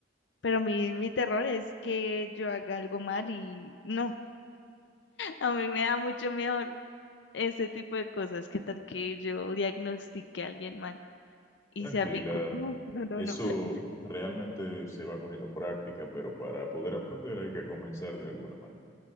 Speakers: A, on the left; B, on the left.
A: pero mi, mi terror es que yo haga algo mal y no. A mí me da mucho miedo ese tipo de cosas. ¿Qué tal que yo diagnostique a alguien mal y
B: Tranquila,
A: sea mi culpa? No, no, no,
B: Eso
A: no. <laughs>
B: realmente se va cogiendo práctica, pero para poder aprender hay que comenzar de alguna manera.